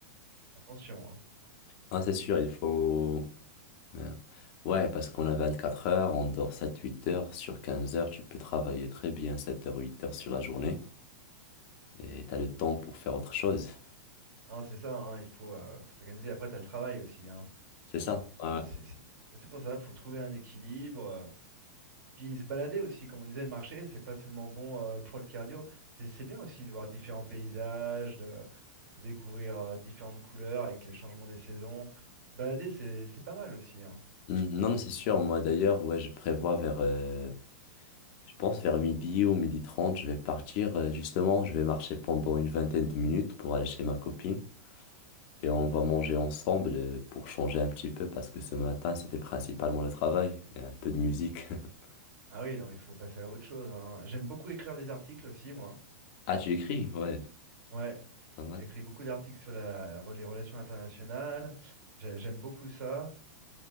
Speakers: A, on the right (about 75°); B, on the left (about 35°).
A: attention, hein.
B: Ah, c'est sûr, il faut... Merde. Ouais, parce qu'on a 24 heures, on dort sept huit heures. Sur 15 heures, tu peux travailler très bien 7 heures, 8 heures sur la journée. Et tu as le temps pour faire autre chose.
A: Non, c'est ça, hein, il faut, euh, faut s'organiser. Après, tu as le travail aussi, hein.
B: C'est ça.
A: Donc euh,
B: Ouais, ouais.
A: c'est c'est- c'est pour ça, faut trouver un équilibre. euh. Puis se balader aussi, comme on disait, marcher, c'est pas seulement bon euh, pour le cardio. C'est c'est bien aussi de voir différents paysages, de, de découvrir euh, différentes couleurs avec les changements des saisons. Se balader, c'est c'est pas mal aussi, hein.
B: Mhm. Non, non, c'est sûr. Moi, d'ailleurs, ouais, je prévois vers euh, Je pense vers midi ou midi 30, je vais partir. Euh, Justement, je vais marcher pendant une vingtaine de minutes pour aller chez ma copine et on va manger ensemble euh, pour changer un petit peu parce que ce matin, c'était principalement le travail et un peu de musique. <laughs>
A: Ah oui, non, mais il faut passer à autre chose, hein. J'aime beaucoup écrire des articles aussi, moi.
B: Ah, tu écris? Ouais,
A: Ouais.
B: pas mal.
A: J'écris beaucoup d'articles sur la- les relations internationales. J'ai- J'aime beaucoup ça.